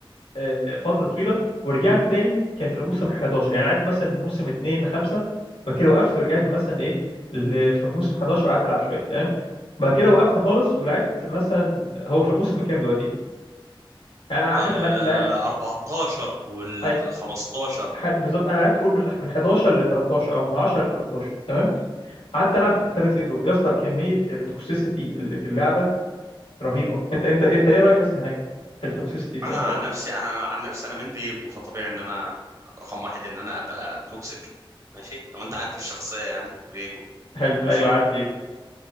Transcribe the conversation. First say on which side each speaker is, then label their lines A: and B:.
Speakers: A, on the left; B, on the right.
A: آه، فتره طويله ورجعت تاني كان في الموسم 11 يعني لعبت مثلا موسم 2 ل 5 بعد كده وقفت ورجعت مثلا ايه ل- في موسم 11 وقعدت العب شويه تمام بعد كده وقفت خالص ولعبت مثلا هو في الموسم الكام دلوقتي؟ يعني انا عامه
B: آه
A: لا لا
B: 14 او ال
A: أي-
B: 15
A: ح- بالظبط انا لعبت قول من من 11 ل 13 او من 10 ل 13 تمام قعدت العب الثلاث سنين دول يا اسطى كميه التوكسيسيتي اللي في اللعبه رهيبه انت انت انت ايه رايك يا اسطى هناك في التوكسيسيتي بتاعت
B: انا عن نفسي انا أنا عن نفسي انا من فيجو فطبيعي ان انا رقم واحد ان انا ابقى توكسيك ماشي لو انت عارف الشخصيه يعني فيجو
A: حلو
B: ماشي.
A: ايوه عارف ليجو